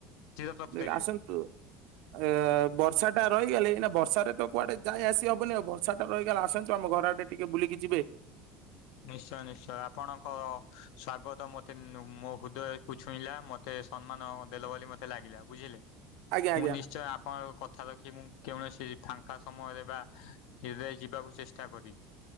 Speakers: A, on the left; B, on the right.
A: ଚିର ପ୍ରକୃତ
B: ଟିକେ
A: ହେବେ
B: ଆସନ୍ତୁ। ଏ ବର୍ଷା ଟା ରହିଗଲେ ଏଇନା ବର୍ଷାରେ ତ କୁଆଡେ ଯାଇ ଆସି ହବନି ଆଉ ବର୍ଷା ଟା ରହିଗଲା ଆସନ୍ତୁ ଆମ ଘର ଆଡେ ଟି ଟିକେ ବୁଲିକି ଯିବେ।
A: ନିଶ୍ଚୟ ନିଶ୍ଚୟ ଆପଣଙ୍କର ସ୍ଵାଗତ ମତ୍ ତି ନୁ ମୋ ହୃଦୟକୁ ଛୁଇଁଲା ମତେ ସମ୍ମାନ ଦେଲ ବୋଲି ମତେ ଲାଗିଲା ବୁଝିଲେ।
B: ଆଜ୍ଞା ଆଜ୍ଞା।
A: ମୁଁ ନିଶ୍ଚୟ ଆପଣଙ୍କ କଥା ରଖି ମୁଁ କୌଣସି ଫାଙ୍କା ସମୟରେ ବା କେବେ ଯିବାକୁ ଚେଷ୍ଟା କରିବି